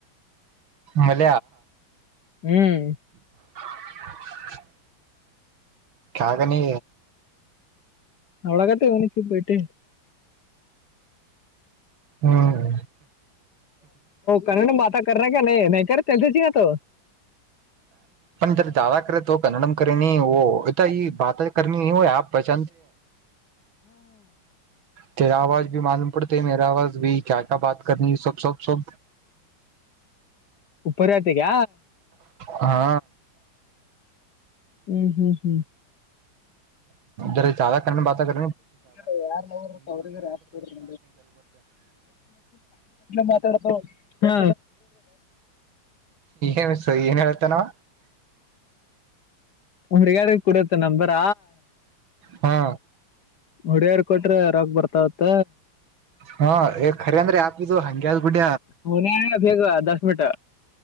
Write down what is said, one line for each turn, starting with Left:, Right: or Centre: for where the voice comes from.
Right: ಮಳ
Left: ಹ್ಮ್
Right: <inaudible> ಕಾಗ ನೀ
Left: ಅವಳಾಗತೆ ನಿಸಿಬಯಟ್ಟೆ
Right: ಹ್ಮ್
Left: ಕನ್ನಡ ಮಾತ ಗ ನೀ ನ ಕತ ಜಗತ
Right: ಜ ಜಾ ಕೆ ಕನ್ನಡಮ್ನೀ ಈ ಬತ ನೀ ಆ ಪ್ರಚ ತರ ಆವಾಜ ಮಾಾಲೂಮ ಪಡ್ಡತ ಮೇರ ಆವಾಜ ಭ ಕ ಕಾ ಬತ ಸಬ್ ಸ ಸ
Left: ಉಪ್ಪರಯಾತಿಗೆ
Right: ಹಾ
Left: ಹ್ಮ್ ಹ್ಮ್ ಹ್ಮ್
Right: ಉರ ಜಾದ ಕ ಬತೇ
Left: ಅವ ಯಾರ್ ಅವ್ರಗ ಮಾತಾ ಹ
Right: ಏನ್ ಏನ್ ಹೇಳ್ತ ನಾವ
Left: ಉ್ರಗಡೆ ಕುೂಡತ್ತ ನಬರಾ
Right: ಹಾ
Left: ಹೊಡ್ಯಾರ್ ಕೊಟ್ರೆ ರಾಗ ಬರ್ತಾವತ್ತ
Right: ಹಾ ಖರಿ ಅಂದ್ರೆ ಯಾಕ್ದುಹಂಗಗೆ ಅದ ಗುಡ
Left: ಮನ್ಯಾಗ ಬೇಗ ದಸ್ ಮಿನಿಟ್